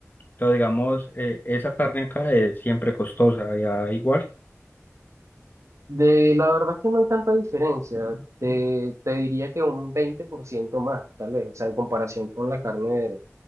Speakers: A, on the left; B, on the right.
A: entonces digamos, eh, esa carne acá es siempre costosa, allá igual.
B: De la verdad es que no hay tanta diferencia. Te, te diría que un 20% más, tal vez, o sea, en comparación con la carne de...